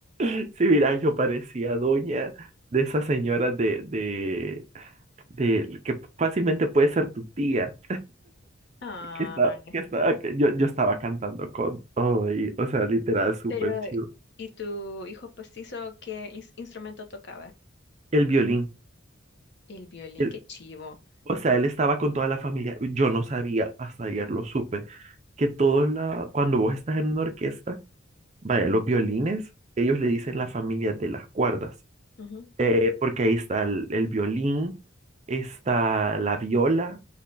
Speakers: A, on the right (about 35°); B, on the left (about 55°).
A: Sí, mira, yo parecía doña de esas señoras de, de, de- que fácilmente puede ser tu tía,
B: Ay,
A: que estaba, que estaba, que yo, yo estaba cantando con todo ahí, o sea, literal, súper
B: Pero,
A: chido.
B: ¿y tu hijo postizo qué ins- instrumento tocaba?
A: El violín,
B: El violín,
A: el-
B: qué chivo.
A: o sea, él estaba con toda la familia, yo no sabía, hasta ayer lo supe, que todo la, cuando vos estás en una orquesta, vaya, los violines, ellos le dicen la familia de las cuerdas.
B: Ujú.
A: eh, porque ahí está el, el violín, está la viola,